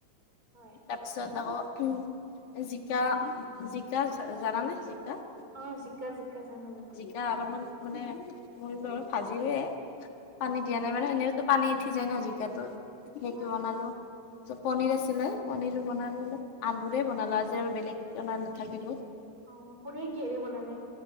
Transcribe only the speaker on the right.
হয়।
অ', জিকা জিকা জানো জানো।
ভাজিলে
হয়
হয়
অ', পনীৰ কিহেদি বনালে?